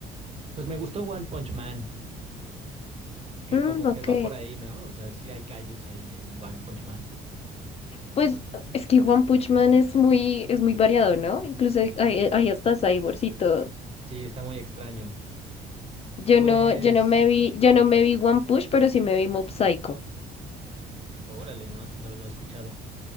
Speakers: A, on the right; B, on the left.
A: pues me gustó One Punch Man, que
B: Mm,
A: como
B: ok.
A: que va por ahí, ¿no? O sea, sí hay Kaijus ahí en One Punch Man.
B: Pues es que One Punch Man es muy, es muy variado, ¿no? Incluso hay, hay hay hasta cyborgs y todo.
A: Sí, está muy extraño.
B: Yo
A: Pues,
B: no, yo no me vi, yo no me vi One Punch, pero sí me vi Mob Psycho.
A: órale, no, eso no, no lo he escuchado.